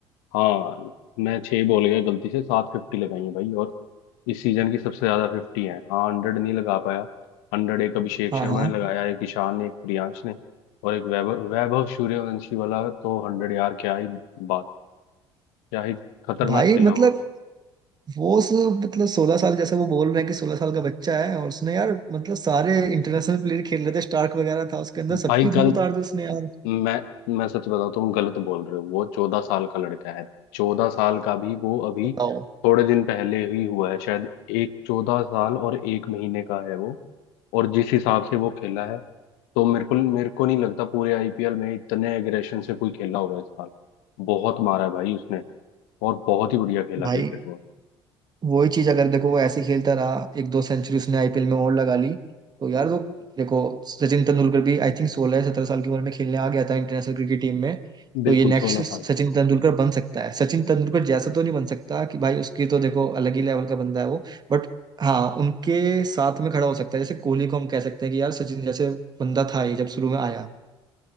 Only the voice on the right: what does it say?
हाँ
हाँ
भाई
मतलब
वो उस मतलब सोलह साल जैसे वो बोल रहे हैं कि सोलह साल का बच्चा है और उसने यार मतलब सारे इंटरनेशनल प्लेयर खेल रहे थे स्टार्क वगैरह था उसके अंदर
सबकी धूल
उतार दी उसने यार
बताओ
भाई
वही चीज अगर देखो वो ऐसे ही खेलता रहा एक दो सेंचुरी उसने आईपीएल में और लगा ली तो यार वो देखो सचिन तेंदुलकर भी आई थिंक सोलह सत्रह साल की उम्र में खेलने आ गया था इंटरनेशनल क्रिकेट टीम में तो
ये नेक्स्ट
सचिन तेंदुलकर बन सकता है सचिन तेंदुलकर जैसा तो नहीं बन सकता कि भाई उसकी तो देखो अलग ही लेवल का बंदा है वो बट हाँ उनके साथ में खड़ा हो सकता है जैसे कोहली को हम कह सकते हैं कि यार सचिन जैसे बंदा था ये जब शुरू में आया